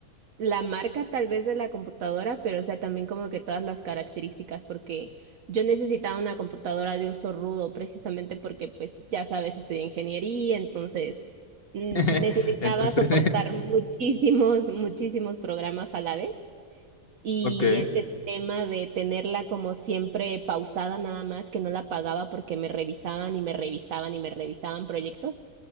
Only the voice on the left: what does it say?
<laughs>
Entonces,
<laughs> ok.